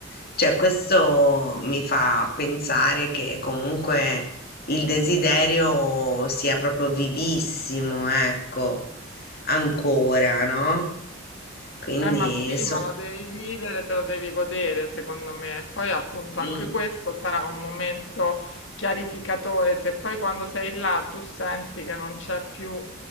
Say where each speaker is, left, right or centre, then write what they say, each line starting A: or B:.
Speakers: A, on the left; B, on the left.
A: Cioè, questo mi fa pensare che comunque il desiderio sia proprio vivissimo, ecco. Ancora, no, quindi
B: eh, ma sì,
A: son
B: ma lo devi vivere, te lo devi godere, secondo me. E Poi appunto
A: mh,
B: anche questo sarà un momento chiarificatore, se poi quando sei là tu senti che non c'è più